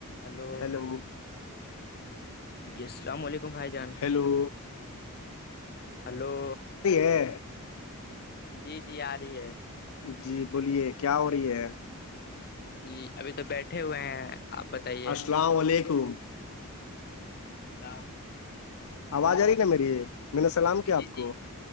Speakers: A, on the left; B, on the left.
A: hello
B: hello
A: <inaudible>
B: hello
A: hello
B: ہے
A: جی جی آ رہی ہے
B: جی بولیے کیا ہو رہی ہے
A: جی ابھی تو بیٹھے ہوئے ہیں آپ بتائیے
B: السلام علیکم
A: جؤ <unintelligible>
B: آواز آ رہی نا میری م نے سلام کیا
A: جی
B: آپ
A: جی
B: کو